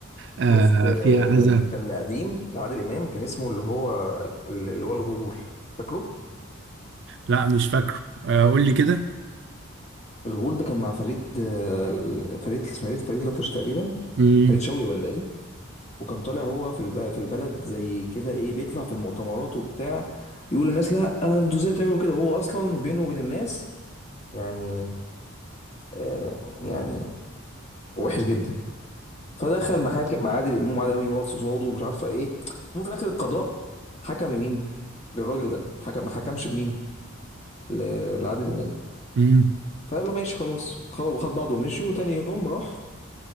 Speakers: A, on the right; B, on the left.
A: آه
B: شفت آه،
A: فيها اذى
B: كان القديم لعادل امام كان اسمه اللي هو اللي هو الغول فاكره
A: لا مش فاكره آه قول لي كده
B: الغول ده كان مع فريد آه، فريد اسمه فريد فريد لطش تقريبا
A: امم
B: فريد شوقي ولا ايه وكان طالع هو في الب... في البلد زي كده ايه بيطلع في المؤتمرات وبتاع يقول للناس لا انتوا ازاي بتعملوا كده وهو اصلا بينه وبين الناس يعني آه يعني وحش جدا فدخل محاكم مع عادل امام وعادل امام يقف قصاده ومش عارفه ايه المهم في الاخر القضاء حكم لمين للراجل ده حكم ما حكمش بمين ل- لعادل امام
A: امم
B: فقال له ماشي خلاص خ- خد بعضه ومشي وتاني يوم راح